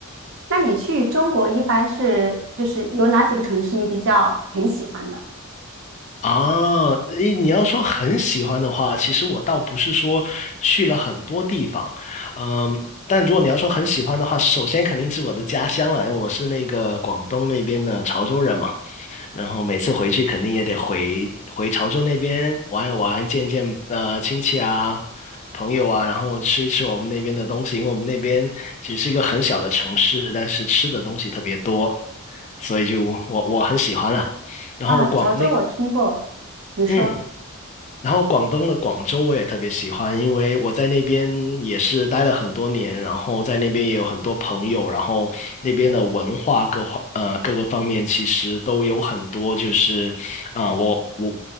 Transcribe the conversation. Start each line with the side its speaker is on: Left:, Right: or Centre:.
Right: 那你去中国一般是就是有哪几个城市你比较很喜欢的？
Left: 啊，诶，你要说很喜欢的话，其实我倒不是说去了很多地方，嗯，但如果你要说很喜欢的话，首先肯定是我的家乡了，因为我是那个广东那边的潮州人嘛，然后每次回去肯定也得回回潮州那边玩一玩，见一见呃亲戚啊、朋友啊，然后吃一吃我们那边的东西，因为我们那边其实是一个很小的城市，但是吃的东西特别多，所以就我我很喜欢了。然后广那个
Right: 啊，潮州我听过，你说
Left: 嗯。然后广东的广州我也特别喜欢，因为我在那边也是待了很多年，然后在那边也有很多朋友，然后那边的文化各方呃各个方面其实都有很多，就是啊、我我